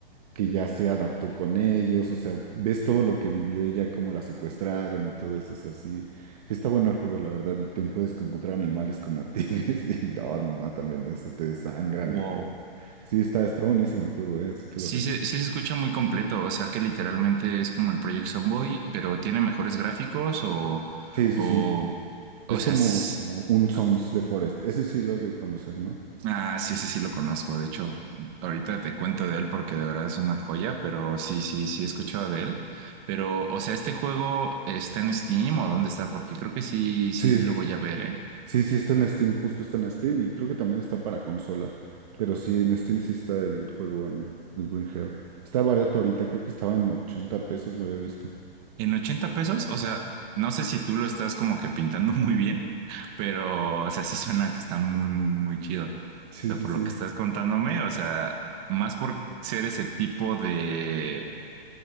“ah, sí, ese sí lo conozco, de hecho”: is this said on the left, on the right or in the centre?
Right